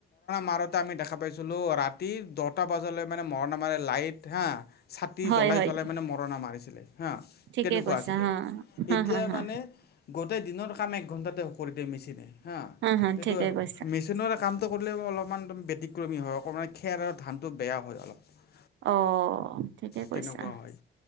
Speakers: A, on the left (about 55°); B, on the right (about 70°).
A: মাৰতে আমি দেখা পাইছিলো ৰাতি দহটা বজালৈ মানে মৰণা মাৰে লাইট হা। ছাটি
B: হয়
A: জ্বলাই-জ্বলাই
B: হয়
A: মানে মৰণা মাৰিছিলে। হা
B: ঠিকে
A: তেনেকুৱা
B: কৈছা
A: আছিলে
B: হা হা
A: এতিয়া
B: হা হা
A: মানে গোটেই দিনৰ কাম এক ঘণ্টাতে হয়। কৰি দিয়ে‌ মেছিনে হা
B: হা
A: সেইটো
B: ঠিকে কৈছা
A: মেছিনৰ কাম। কৰিলেও অলপমান ব্যতিক্ৰমী হয় অকমান খেৰ আৰু ধানতটো বেয়া হয় অলপ।
B: অ' ঠিকে কৈছা
A: তেনেকুৱা হয়